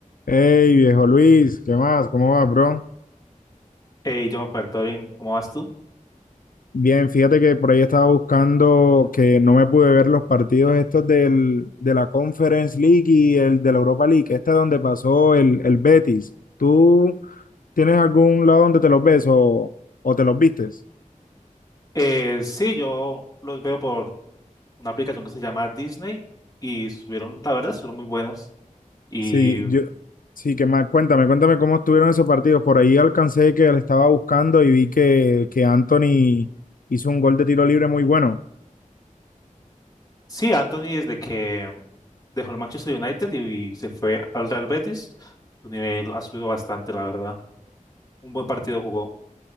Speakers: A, on the left; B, on the left.
A: Hey, viejo Luis, ¿qué más? ¿Cómo vas, bro?
B: Hey, John ¿todo bien ¿cómo vas tú?
A: Bien, fíjate que por ahí estaba buscando que no me pude ver los partidos estos del, de la Conference League y el de la Europa League, este es donde pasó el, el Betis. ¿Tú tienes algún lado donde te los ves o, o te los vistes?
B: Eh, sí, yo los veo por una aplicación que se llama Disney y subieron, la verdad, fueron muy buenos. Y
A: Sí, yo, sí, que más, cuéntame, cuéntame cómo estuvieron esos partidos. Por ahí alcancé que le estaba buscando y vi que, que Anthony hizo un gol de tiro libre muy bueno.
B: sí, Anthony desde que dejó el Manchester United y, y se fue al Real Betis, su nivel ha subido bastante, la verdad. Un buen partido jugó.